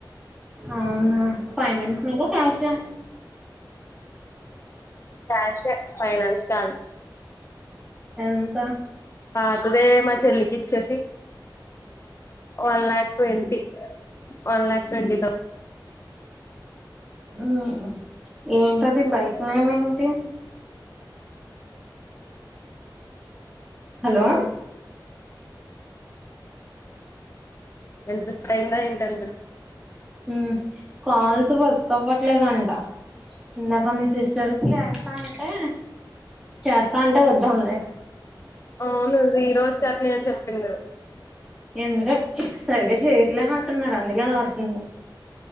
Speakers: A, in the centre; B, on the left.
A: అవునా ఫైనాన్స్ మీద క్యాషా
B: క్యాషే ఫైనాన్స్ కాదు
A: ఎంత
B: పాతదే మా చెల్లికి ఇచ్చేసి one lakh twenty one lakh twenty థౌ
A: హ్మ్ హు ఏంటది బైక్ నేమ్ ఏంటి హలో
B: ఎంత టైం <unintelligible>
A: హ్మ్ కాల్స్ వర్క్ అవట్లేదంట ఇందాక మీ సిస్టర్ చేస్తా అంటే చేస్తా అంటే వొద్దన్లే
B: అవును ఈరోజు చేప్నే అని చెప్పింది అది
A: ఎందుక సరిగా చేయట్లేనంటున్నారు అందుకే అలా వొత్తుంది